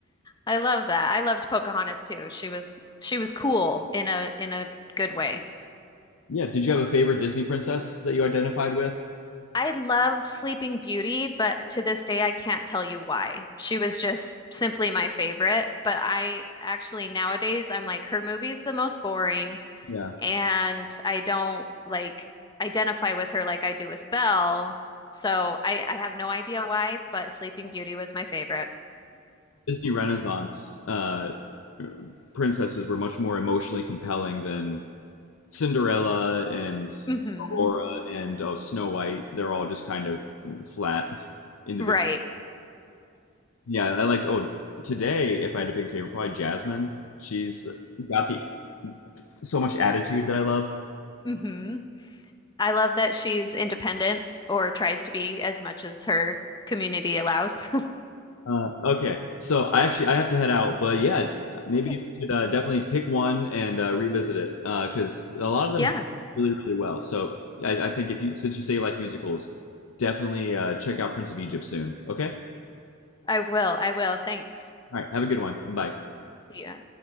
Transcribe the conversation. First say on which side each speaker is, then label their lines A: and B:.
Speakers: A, on the left; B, on the left.
A: I love that. I loved Pocahontas too. She was she was cool in a in a good way.
B: Yeah. Did you have a favorite Disney princess that you identified with?
A: I loved Sleeping Beauty, but to this day I can't tell you why. She was just simply my favorite, but I actually nowadays I'm like her movie's the most boring
B: Yeah.
A: and I don't like identify with her like I do with Belle. So I I have no idea why, but Sleeping Beauty was my favorite.
B: Disney Renaissance uh, princesses were much more emotionally compelling than Cinderella and
A: Mhm.
B: Aurora and oh Snow White, they're all just kind of flat individuals.
A: Right.
B: Yeah, I liked oh today if I had to pick a favorite, probably Jasmine. She's got the so much attitude that I love.
A: Mhm. I love that she's independent or tries to be as much as her community allows. <laughs>
B: Uh, okay, so I actually I have to head out, but yeah, maybe
A: Okay.
B: we should uh, definitely pick one and uh, revisit it because a lot of them
A: Yeah,
B: hold really really well. So I, I think if you since you say you like musicals, definitely uh, check out Prince of Egypt soon. Okay, all
A: I will. I will. Thanks.
B: right, have a good one. Bye.
A: Yeah.